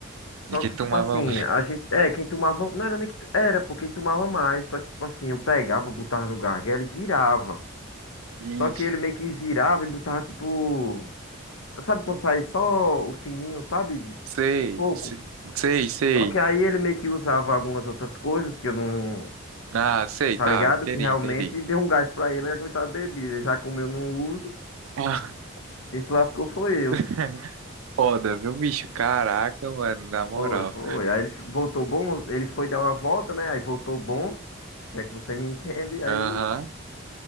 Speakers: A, on the left; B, on the right.
A: Só
B: De quem
A: que,
B: tomava.
A: tipo assim, a gente. É, quem tomava. Não era nem que. Era, pô, quem tomava mais. Só que, tipo assim, eu pegava, botava no gargalo e virava.
B: <laughs>
A: Só que ele meio que virava e botava, tipo. Sabe quando sai só o fininho, sabe?
B: Sei,
A: Pouco.
B: sei, sei, sei.
A: Só que aí ele meio que usava algumas outras coisas que eu não.
B: Ah, sei,
A: Tá
B: tá,
A: ligado?
B: entendi,
A: Que realmente
B: entendi.
A: deu um gás pra ele aguentar a bebida. Já como eu não uso,
B: Ah,
A: quem se lascou foi eu.
B: <laughs> foda, viu, bicho? Caraca, mano, na moral.
A: Foi, foi. Aí ele fi- voltou bom, ele foi dar uma volta, né? Aí voltou bom. Se é que você me entende, aí.
B: Aham.